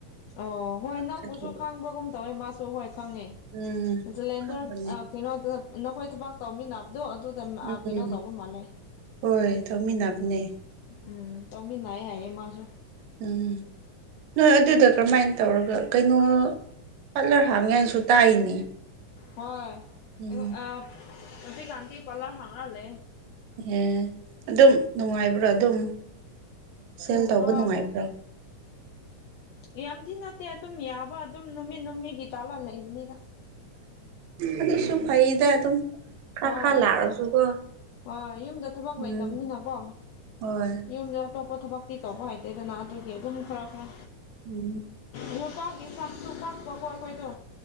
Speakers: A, on the left; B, on the right.
A: ꯑꯣ ꯍꯣꯏ ꯅꯪꯕꯨꯁꯨ
B: ꯆꯠꯈꯤꯕ
A: ꯈꯥꯡꯕꯒꯨꯝ ꯇꯧꯋꯦ ꯃꯥꯁꯨ ꯍꯣꯏ ꯈꯪꯉꯦ
B: ꯎꯝ
A: ꯂꯦꯟꯗꯔ
B: ꯈꯪꯕꯅꯦ
A: ꯀꯩꯅꯣꯗ ꯅꯈꯣꯏ ꯊꯕꯥꯛ ꯇꯧꯃꯤꯟꯅꯕꯗꯣ ꯑꯗꯨꯗ
B: ꯎꯝ
A: ꯀꯩꯅꯣ
B: ꯎꯝ
A: ꯇꯧꯕ ꯃꯥꯂꯦ
B: ꯍꯣꯏ ꯇꯧꯃꯤꯟꯅꯕꯅꯦ
A: ꯎꯝ ꯇꯧꯃꯤꯟꯅꯩ ꯍꯥꯏꯌꯦꯃꯁꯨ
B: ꯎꯝ ꯅꯣꯏ ꯑꯗꯨꯗ ꯀ꯭ꯔꯃꯥꯏꯅ ꯇꯧꯔꯒ ꯀꯩꯅꯣ ꯄꯥꯠꯂꯔ ꯍꯥꯡꯉꯦ ꯍꯥꯏꯅꯁꯨ ꯇꯥꯏꯅꯦ
A: ꯍꯣꯢ
B: ꯎꯝ
A: ꯑ ꯍꯧꯖꯤꯀꯥꯟꯗꯤ ꯄꯥꯂꯧꯔ ꯍꯥꯡꯉꯒꯥ ꯂꯩꯌꯦ
B: ꯑꯦ ꯑꯗꯨꯝ ꯅꯨꯡꯉꯥꯏꯕ꯭ꯔꯣ ꯑꯗꯨꯝ ꯁꯦꯜ
A: ꯅꯨꯡ
B: ꯇꯧꯕ
A: ꯑ
B: ꯅꯨꯡꯉꯥꯏꯕ꯭ꯔꯥ
A: ꯌꯥꯝꯗꯤ ꯅꯠꯇꯦ ꯑꯗꯨꯝ ꯌꯥꯕ ꯑꯗꯨꯝ ꯅꯨꯃꯤꯠ ꯅꯨꯃꯤꯠꯒꯤ ꯇꯥꯜꯂ <inaudible> ꯂꯩꯕꯅꯤꯗ
B: ꯑꯗꯨꯛꯁꯨ ꯐꯩꯗ ꯑꯗꯨꯝ ꯈꯔ
A: ꯍꯣꯏ
B: ꯈꯔ ꯂꯥꯛꯑꯁꯨꯀꯣ
A: ꯌꯨꯝ ꯍꯣꯏ ꯌꯨꯝꯗ ꯊꯕꯛ
B: ꯎꯝ
A: ꯂꯩꯇꯕꯅꯤꯅꯀꯣ
B: ꯍꯣꯏ
A: ꯌꯨꯝꯗ ꯑꯇꯣꯞꯄ ꯊꯕꯛꯇꯤ ꯇꯧꯕ ꯍꯥꯏꯇꯦꯗꯅ ꯑꯗꯨꯒꯤ ꯑꯗꯨꯝ ꯈꯔ ꯈꯔ
B: ꯎꯝ
A: ꯅꯨꯄꯥꯒꯤ ꯁꯝꯁꯨ ꯀꯞꯄꯥ ꯀꯣ ꯑꯥꯈꯣꯏꯗꯣ